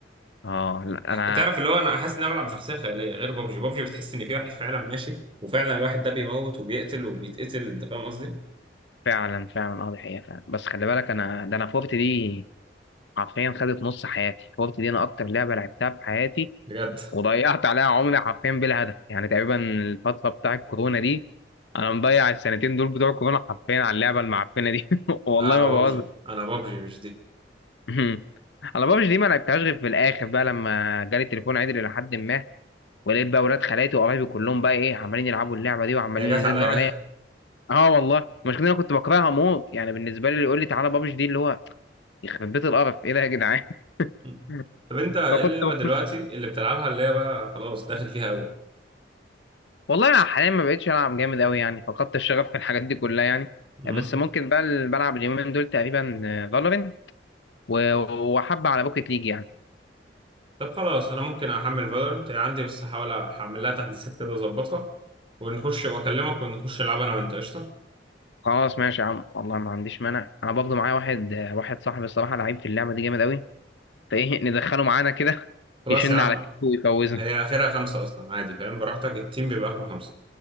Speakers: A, on the left; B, on the right.
A: اه لا
B: ح-
A: انا
B: تعرف اللي هو انا حاسس ان انا بلعب بشخصيه خياليه غير بابجي بابجي بتحس ان في واحد فعلا ماشي وفعلا الواحد ده بيموت وبيقتل وبيتقتل انت فاهم قصدي
A: فعلا فعلا اه دي حقيقة فعلا بس خلي بالك انا ده انا فورت دي حرفيا خدت نص حياتي فورت دي انا اكتر لعبة لعبتها في حياتي
B: بجد
A: وضيعت عليها عمري حرفيا بلا هدف يعني تقريبا الفترة بتاع الكورونا دي انا مضيع السنتين دول بتوع الكورونا حرفيا على اللعبة المعفنة دي <laughs> والله
B: لا انا
A: ما
B: بابجي
A: بهزر
B: انا بابجي مش دي
A: <laughs> انا بابجي دي ما لعبتهاش غير في الاخر بقى لما جالي تليفون عدل الى حد ما ولقيت بقى ولاد خالاتي وقرايبي كلهم بقى ايه عمالين يلعبوا اللعبه دي وعمالين
B: هي جت
A: يزنوا
B: عليا
A: عليا اه والله المشكله إن انا كنت بكرهها موت يعني بالنسبه لي اللي يقول لي تعالى بابجي دي اللي هو يخرب بيت القرف ايه ده يا جدعان
B: <laughs>
A: <laughs>
B: طب انت ايه
A: فكنت
B: اللعبه دلوقتي
A: بخش
B: اللي بتلعبها اللي هي بقى خلاص داخل فيها
A: والله انا حاليا ما بقتش العب جامد قوي يعني فقدت الشغف في الحاجات دي كلها يعني
B: قوي
A: بس ممكن بقى اللي بلعب اليومين دول تقريبا فالورنت وحبه على بوكيت ليج يعني
B: طب خلاص انا ممكن احمل فالورنت عندي بس هحاول احمل لها تحديثات كده واظبطها ونخش واكلمك ونخش العب انا وانت قشطه
A: خلاص ماشي يا عم والله ما عنديش مانع انا برضه معايا واحد آه، واحد صاحبي الصراحه لعيب في اللعبه دي جامد قوي فايه ندخله معانا كده <laughs>
B: خلاص
A: يشن
B: يا عم
A: على كتفه ويفوزنا
B: هي اخرها خمسه اصلا عادي فاهم براحتك التيم بيبقى اخره خمسه